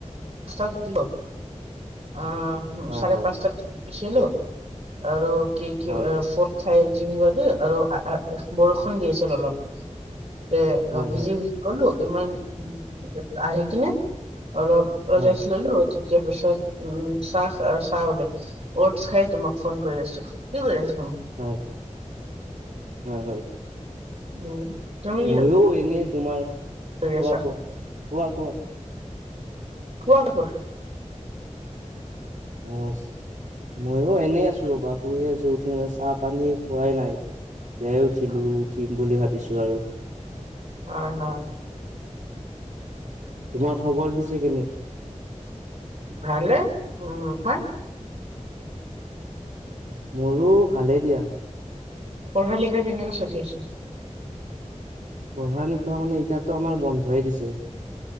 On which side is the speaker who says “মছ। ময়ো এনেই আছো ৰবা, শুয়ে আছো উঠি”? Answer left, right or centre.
Right